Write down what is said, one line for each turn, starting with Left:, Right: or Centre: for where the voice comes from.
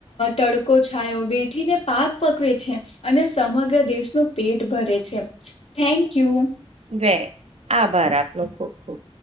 Left: તડકો છાયો વેઠીને પાક પકવે છે અને સમગ્ર દેશનું પેટ ભરે છે થેન્ક યુ
Right: લે આભાર આપનો ખુબ ખુબ